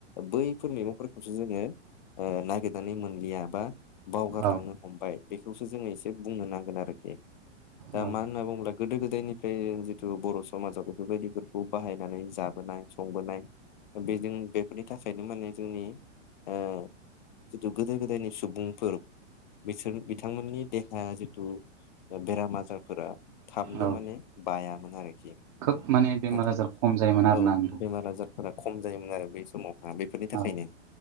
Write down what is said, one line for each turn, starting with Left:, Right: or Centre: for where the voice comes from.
Left: बैफोर मैगंफोरखौसो जोङो ओ नागिरनानै मोन बा बावगारलांनो
Right: औ
Left: हमबाय बेखौसो जोङो एसे बुंनो नांगोन आरोखि दा
Right: औ
Left: मा होनना बुङोब्ला गोदो गोदायनिफ्राय जिथु बर' समाजाव बेफोर बायदिफोरखौ बाहायनानै जाबोनाय संबोनाय बेजों बेफोरनि थाखायनो माने जोंनि ओ जिथु गोदो गोदायनि सुबुंफोर बिसोर बिथांमोननि देहाया जिथु ओ बेराम आजारफोरा थाबनो
Right: औ
Left: माने बायामोन आरोखि
Right: खोब माने बेमार
Left: नाथाय
Right: आजार खम जायोमोन आरोना
Left: औ
Right: नोंथां
Left: बेमार आजार फोरा खम जायोमोन आरो बै समावहा बेफोरनि थाखायनो
Right: औ